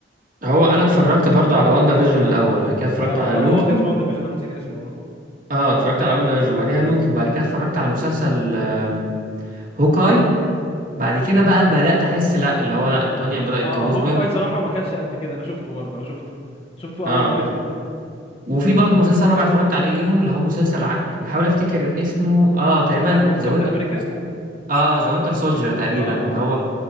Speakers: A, on the right; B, on the left.
A: هو انا اتفرجت برضه على واندا فيجن الاول وبعد كده اتفرجت
B: اه
A: على
B: هو هو
A: لوكي
B: كان اسمه وان ديفيجن انا نسيت اسمه اه
A: اه اتفرجت على واندا فيجن بعديها لوكي وبعد كده اتفرجت على مسلسل آم، هوكاي بعد كده بقى بدأت احس لا اللي هو لا الدنيا بدأت
B: اه
A: تبوظ
B: هوك
A: منكم
B: اي صراحه ما كانش قد كده انا شفته برضه انا شفته شفته
A: اه
B: اول ما نزل برضه
A: وفي برضه مسلسل رابع اتفرجت عليه ليهم اللي هو مسلسل ع... بحاول افتكر اسمه اه تقريبا
B: بتاع مين كابتن
A: ذا وينتر
B: امريكا
A: اه ذا وينتر سولجر تقريبا
B: اه اه
A: اللي هو